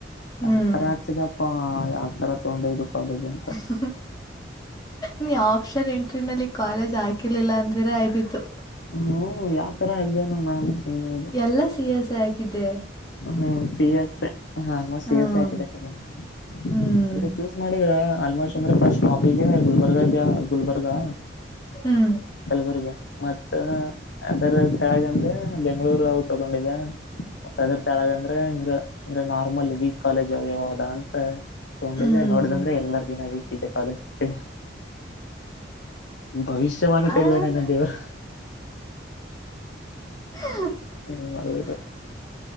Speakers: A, on the left (about 20°); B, on the left (about 70°).
A: ಹ್ಮ್
B: ಯಕರ ಹಚ್ಚಿದಪ್ಪಾ ಯಕರ ತಗೊಂಡೆ ಇದು ಕಾಲೇಜ್. ಅಂತ
A: ಹ <inaudible> ನೀ ಆಪ್ಷನ್ ಎಂಟ್ರಿ ನಲ್ಲಿ ಕಾಲೇಜ್ ಹಾಕಿರ್ಲಿಲ್ಲ ಅಂದ್ರೆ ಆಯ್ದಿತ್ತು.
B: ಹೂ ಯಾವ ತರ ಆಗ್ದೇ ಏನೋ ನಾನು ಸುಮ್ಮನೆ ಅದು.
A: ಎಲ್ಲಾ ಸಿಯಸ್ ಹಾಕಿದ್ದೆ.
B: ಹ್ಮ್ ಸಿ ಎಸ್ ಎ ಹಾ ಮ ಸಯಸ
A: ಹ್ಮ್
B: ಹಾಕಿದೇ <unintelligible>
A: ಹ್ಮ್
B: ಆದ್ರೆ ಚೂಸ್ ಮಾಡಿದ್ರ ಆಲ್ಮೋಸ್ಟ್ ಅಂದ್ರೆ ಫಸ್ಟ್ ಟ್ರಾಫಿಗೆ ಗುಲ್ಬರ್ಗ ಜಾ ಗುಲ್ಬರ್ಗಾ.
A: ಹ್ಮ್
B: ಕಲ್ಬುರ್ಗಿ. ಮ ಅದರ ಕೆಳಗ ಅಂದ್ರೆ ಬೆಂಗಳೂರು ಅವು ತಗೊಂಡಿದ ಮತ್ತ ಅದ್ರ. ಕೆಳಗ ಅಂದ್ರೆ ಹಿಂಗ. ಅಂದ್ರೆ ನಾರ್ಮಲ್ ವೀಕ್ ಕಾಲೇಜ್ ಅವ ಅದ ಅಂತ ತಗೊಂಡಿದ್ದೆ
A: ಹ್ಮ್
B: ನೋಡ್ದಂದ್ರೆ <unintelligible> ಇಂತ ಕಾಲೇಜ ಸಿಕ್ಕಿದೆ. ಭವಿಷ್ಯವಾಣಿ
A: ಅಲ್ಲ
B: ತೆಗ್ದಾನೇನ
A: ಹ್ಮ್
B: ದೇವರು.
A: ಹ <inaudible>
B: ಏನ್ ಮಾಡ್ಬೇಕು